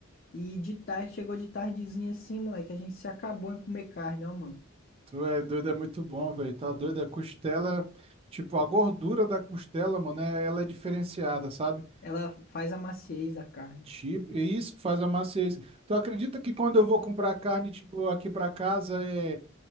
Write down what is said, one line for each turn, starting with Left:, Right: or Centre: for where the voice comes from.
Left: E de tarde, chegou de tardezinha assim, moleque. A gente se acabou em comer carne, ó, mano.
Right: Tu é doido, é muito bom, velho. Tá doido? A costela, tipo, a gordura da costela, mano, é- ela é diferenciada, sabe?
Left: Ela faz a maciez da carne.
Right: Tipo, e isso faz a maciez. Tu acredita que quando eu vou comprar carne, tipo, aqui pra casa, é,